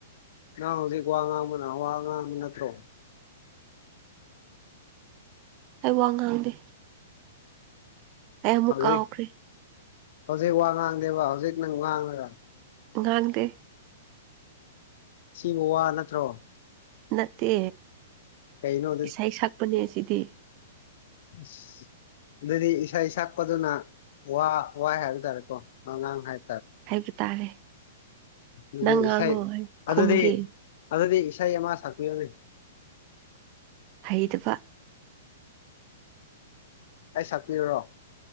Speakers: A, on the left; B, on the right.
A: ꯅꯪ ꯍꯧꯖꯤꯛ ꯋꯥ ꯉꯥꯡꯕꯅ ꯋꯥ ꯉꯥꯡꯕ ꯅꯠꯇ꯭ꯔꯣ
B: ꯑꯩ ꯋꯥ ꯉꯥꯡꯗꯦ ꯑꯦꯃꯨꯀꯥꯥꯎꯈ꯭ꯔꯔꯤ
A: ꯍꯧꯖꯤꯛ ꯍꯧꯖꯤꯛ ꯋꯥ ꯉꯥꯡꯗꯦꯕ ꯍꯧꯖꯤꯛ ꯅꯪ ꯋꯥꯥꯡꯉꯒ
B: ꯉꯥꯛꯗ
A: ꯁꯤꯕꯨ ꯋꯥ ꯅꯠꯇ꯭ꯔꯣ
B: ꯅꯠꯇꯦ
A: ꯀꯩꯅꯣ
B: ꯏꯁꯩ ꯁꯛꯄꯅꯦ ꯁꯤꯗꯤ
A: ꯑ ꯑꯗꯨꯗꯤ ꯏꯁꯩ ꯁꯛꯄꯗꯨꯅ ꯋꯥ ꯋꯥꯏ ꯍꯥꯏꯕ ꯇꯥꯔꯦꯀꯣ ꯑꯉꯥꯡ ꯍꯥꯏ
B: ꯍꯥꯏꯕ ꯇꯥꯔꯦ
A: ꯑꯗꯨꯗꯤꯥꯏ
B: ꯅꯪ ꯉꯥꯡꯉꯣ ꯑꯩ ꯈꯨꯝꯒꯦ
A: ꯑꯗꯨꯗꯤ ꯑꯗꯨꯗꯤ ꯏꯁꯩ ꯑꯃ ꯁꯛꯄꯤꯌꯣꯅꯤ
B: ꯍꯩꯗꯕ
A: ꯑꯩ ꯁꯠꯄꯤꯔꯔꯣ